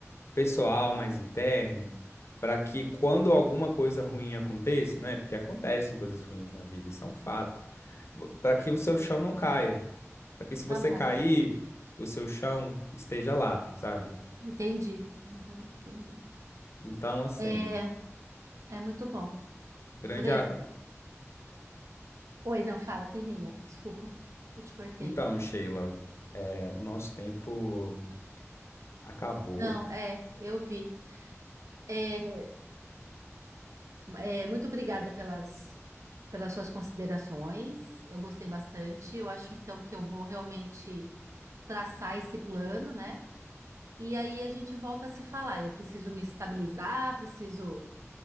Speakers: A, on the left (about 55°); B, on the right (about 75°).
A: pessoal, mais interno, para que quando alguma coisa ruim aconteça, né? Porque acontecem coisas ruins na vida, isso é um fato, para que o seu chão não caia, para que se
B: Tá
A: você
B: bom.
A: cair, o seu chão esteja lá, sabe?
B: Entendi. Uhum, entendi.
A: Então, assim,
B: É, é muito bom.
A: grande.
B: Breno.
A: a-
B: Oi, não, fala, termina. Desculpa, eu te cortei.
A: Então, Sheila, é, o nosso tempo acabou.
B: Não, é, eu vi. É, é, muito obrigada pelas, pelas suas considerações. Eu gostei bastante. Eu acho então que eu vou realmente traçar esse plano, né? E aí a gente volta a se falar. Eu preciso me estabilizar, preciso